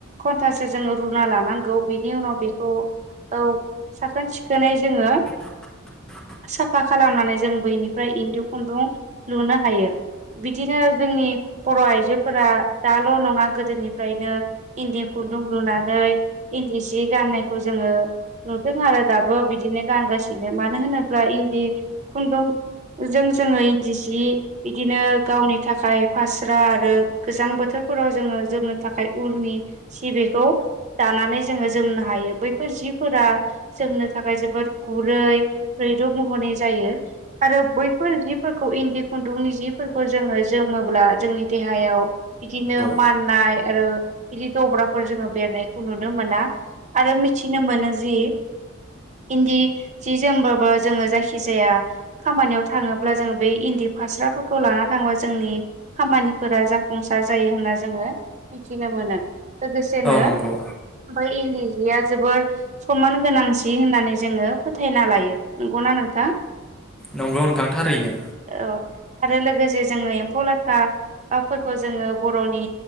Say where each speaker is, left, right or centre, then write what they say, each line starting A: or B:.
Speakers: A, on the right (about 35°); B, in the centre.
A: घन्टासो जोङो रुना लानांगौ बेनि उनाव बेखौ औ साखोन सिखोनै जोङो
B: <unintelligible>
A: साफा खालामनानै जों बैनिफ्राय इन्दि खुन्दुं लुनो हायो बिदिनो जोंनि बर' आइजोफोरा दाल' नङा गोदोनिफ्रायनो इन्दि खु खुन्दुं लुनानै इन्दि सि गाननायखौ जोङो नुदों आरो दाबो बिदिनो गानगासिनो मानो होनोब्ला इन्दि खुन्दुं जों जोङो इन्दि सि बिदिनो गावनि थाखाय फास्रा आरो गोजां बोथोर फोराव जोङो जोबनो थाखाय उलनि सि बेखौ दानानै जोङो जोमनो हायो बैफोर जिफोरा जोमनो थाखाय जोबोद गुरै रैरुब महरै जायो आरो बैफोर जिफोरखौ इन्दि खुन दुंनि जिफोरखौ जोङो जोमोब्ला जोंनि देहायाव बिदिनो
B: औ
A: माननाय आरो बिदि दब्राफोर जोङो बेरनायखौ नुनो मोना आरो मिथिनो मोनो जि इन्दि जि जोमबाबो जोङो जायखि जाया खामानियाव थाङोब्ला जोङो बेै इन्दि फास्राफोरखौ ला लाना थांबा जोंनि खामानिफोरा जाफुंसार जायो होनना जोङो मिथिनो मोनो लोगोसेनो
B: नंगौ
A: बै इन्दि या जोबोर सनमान गोनांसि होननानै जोङो फोथायना लायो नंगौना नोंथां
B: नंगौ नोंथां थारैनो
A: औ आरो लोगोसे जोङो एम्फौ लाथा ओफोरखौ जोङो बर'नि